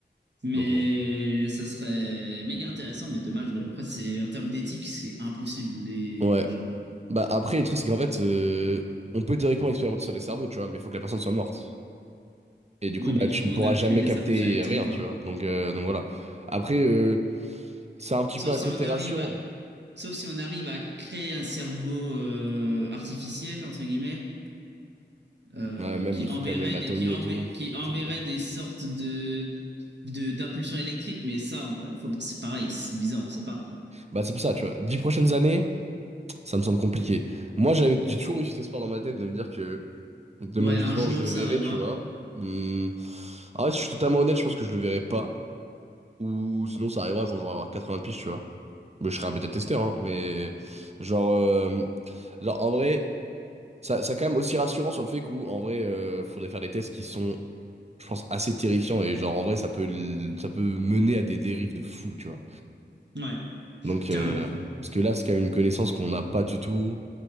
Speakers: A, on the right; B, on the right.
A: Mais
B: donc bon.
A: ça serait méga intéressant, mais dommage. ouais. Après, c'est en termes d'éthique, c'est impossible les
B: Ouais.
A: gens.
B: Bah, après, le truc, c'est qu'en fait, euh, on peut théoriquement expérimenter sur les cerveaux, tu vois, mais il faut que la personne soit morte. Et du coup,
A: Oui,
B: bah,
A: mais du
B: tu
A: coup,
B: ne pourras
A: on a plus
B: jamais
A: les
B: capter
A: impulsions électriques,
B: rien,
A: quoi.
B: tu vois. Donc, euh, donc voilà. Après, euh, c'est un petit
A: Sauf
B: peu un
A: si
B: côté
A: on arrive
B: rassurant.
A: à, sauf si on arrive à créer un cerveau euh, artificiel entre guillemets euh,
B: Ouais, même,
A: qui
B: il
A: enverrait
B: faut quand même l'anatomie
A: des qui, enver-
B: et tout.
A: qui enverrait
B: C'est bizarre.
A: des sortes de de d'impulsions électriques mais ça encore une fois bah, c'est pareil c'est bizarre on sait pas
B: Bah, c'est pour ça, tu vois. Dix prochaines années, ça me semble compliqué. Moi, j'avais, j'ai toujours eu cet espoir dans ma tête de me dire que de
A: ouais
B: mon
A: un
B: vivant,
A: jour
B: je le
A: ça
B: verrai,
A: arrivera
B: tu vois. Hum. En vrai, si je suis totalement honnête, je pense que je le verrai pas. Ou sinon, ça arrivera quand j'aurai 80 piges, tu vois. Mais je serai un bêta-testeur, hein. Mais genre, euh, genre, en vrai. Ça, ça quand même aussi rassurant sur le fait qu'en en vrai, euh, faudrait faire des tests qui sont, je pense, assez terrifiants et genre en vrai, ça peut, l- ça peut mener à des dérives de fou, tu vois.
A: ouais
B: Donc,
A: clairement
B: euh, parce que là, c'est quand même une connaissance qu'on n'a pas du tout